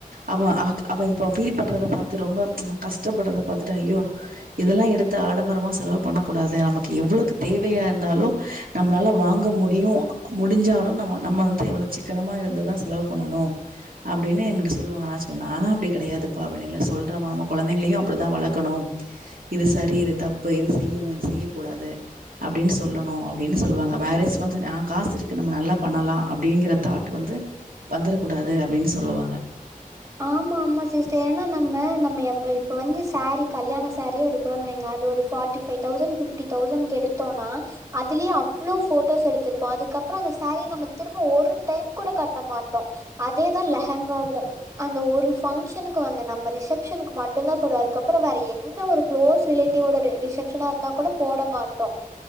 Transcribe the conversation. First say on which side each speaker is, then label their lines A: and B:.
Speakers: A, on the right; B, on the right.
A: அவ அவ இப்ப ஃபீல் பண்றத பார்த்து ரொம்ப கஷ்டப்படுறத பாத்துட்டு ஐயோ இதெல்லா எடுத்து ஆடம்பரமா செலவு பண்ண கூடாது நமக்கு எவ்ளவுக்கு தேவையா இருந்தாலோ நம்ளால வாங்க முடியு முடிஞ்சாலு நம்ம நம்ம வந்து எவ்ளோ சிக்கனமா இருந்து தா செலவு பண்ணணும் அப்டீனு எங்கிட்ட சொல்வாங்க எதாச்சு ஒன்னா நாலா அப்டி கெடையாதுப்பா அப்டி இல்ல சொல்ற <unintelligible> கொழந்தங்களையு அப்டிதா வளக்கணு இது சரி இது தப்பு இது செய்யணு இது செய்ய கூடாது அப்டின்னு சொல்லணும் அப்டின்னு சொல்வாங்க மேரேஜ் ஃபங்க்ஷன் அ காசு இருக்குது நம்ம நல்லா பண்ணலா அப்டிங்கிற தாட் வந்து வந்துர கூடாது அப்டின்னு சொல்வாங்க
B: ஆமா ஆமா சிஸ்டர் ஏன்னா நம்ம நம்ம இப்ப வந்து சாரீ கல்யாண சாரிய எடுக் வைங்க அது ஒரு ஃபார்டி ஃபைவ் தோஸண்ட் ஃபிஃப்டி தோஸண்ட்க்கு எடுத்தோண்ணா அதுலயே அவ்ளோ போட்டோஸ் எடுத்திருப்போ அதுக்கப்பற அந்த சேரி நம்ம திரும்ப ஒரு டைம் கூட கட்ட மாட்டோ அதேதான் லெஹங்காவும் அந்த ஒரு ஃபங்க்ஷனுக்கு வந்து நம்ம ரிசப்ஷனுக்கு மட்டு தான் போடுவோ அதுக்கப்பற வேற எந்த ஒரு குளோஸ் ரிலேட்டியோட ரிசப்ஷனா இருந்தா கூட போட மாட்டோ